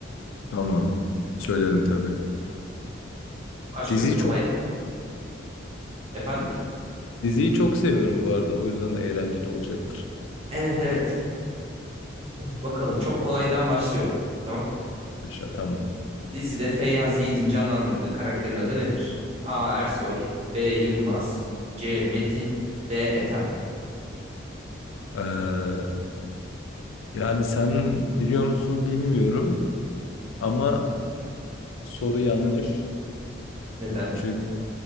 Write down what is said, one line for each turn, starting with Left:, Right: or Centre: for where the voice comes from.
Left: Tamam. Söylerim tabii.
Right: Başlıyorum.
Left: Diziyi
Right: Kolay
Left: çok
Right: da. Efendim?
Left: Diziyi çok seviyorum bu arada. O yüzden eğlenceli olacaktır.
Right: Evet evet. Oh, Bakalım çok kolaydan başlıyorum. Tamam.
Left: Aşağı, tamam.
Right: Dizide Feyyaz Yiğit'in canlandırdığı karakterin adı nedir? A. Ersoy B. Yılmaz C. Metin D. Ethem.
Left: Ee, yani sen biliyor musun bilmiyorum ama soru yanlış.
Right: Neden?
Left: Çünkü